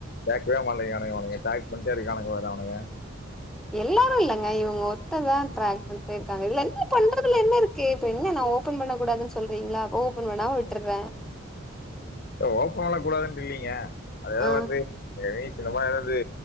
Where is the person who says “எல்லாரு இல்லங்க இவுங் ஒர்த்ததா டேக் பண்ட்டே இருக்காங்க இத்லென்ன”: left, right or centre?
Centre